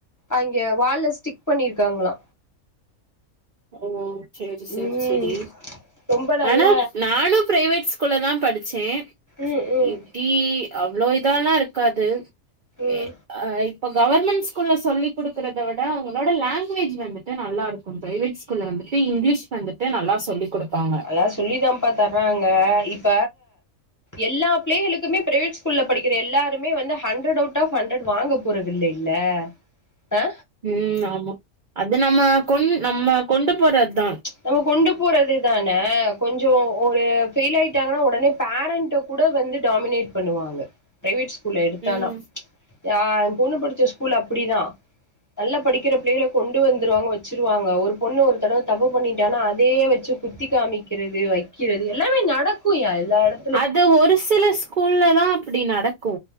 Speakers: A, on the left; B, on the right.
A: அங்க வால்ல ஸ்டிக் பண்ணிருக்காங்களா
B: ம் சேரி சேரி
A: ம்
B: சேரி
A: ரொம்ப நல்ல
B: ஆனா நானு பிரைவேட் ஸ்கூல்ல தா படிச்சே
A: ம் ம்
B: இப்டி அவ்ளோ இதால்லா இருக்காது
A: ம்
B: எ அ இப்ப கவர்மெண்ட் ஸ்கூல்ல சொல்லிக் குடுக்கறத விட அவங்களோட லாங்குவேஜ் வந்துட்டு நல்லாருக்கு ம் பிரைவேட் ஸ்கூல்ல வந்துட்டு இங்கிலீஷ் வந்துட்டு நல்லா சொல்லி குடுப்பாங்க
A: எதாவது சொல்லிதா பாத்தாங்க இங்க இப்ப எல்லா பிள்ளைகளுமே பிரைவேட் ஸ்கூல்ல படிக்கிற எலாருமே வந்து ஹண்ட்ரட் அவுட் ஆப் ஹண்ட்ரட் வாங்க போறதில்லையில்ல ஆ
B: ம் ஆமா அது நம்ம கொண் நம்ம கொண்டு போறத்தா
A: நம்ம கொண்டு போறது தான கொஞ்சோ ஒரு ஃபெயில் ஆயிட்டாங்கன்னா ஒடனே பேரண்ட்ட கூட வந்து டாமினேட் பண்ணுவாங்க பிரைவேட் ஸ்கூல்ல எடுத்தானா
B: ம்
A: யா பொண்ணு படிச்ச ஸ்கூல் அப்பிடிதா நல்லா படிக்கிற பிள்ளைகள கொண்டு வந்துருவாங்க வச்சுருவாங்க ஒரு பொண்ணு ஒரு தடவ தப்பு பண்ணிட்டானா அதே வச்சு குத்தி காமிக்கிறது வைக்கிறது எல்லாமே நடக்குயா எல்லா எட
B: அது ஒரு சில ஸ்கூல்ல தா அப்படி நடக்கு